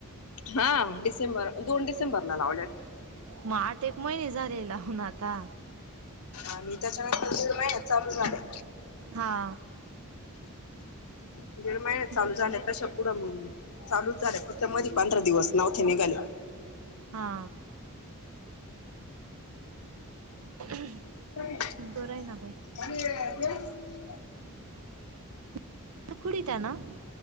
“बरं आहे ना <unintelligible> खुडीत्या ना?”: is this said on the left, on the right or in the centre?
Right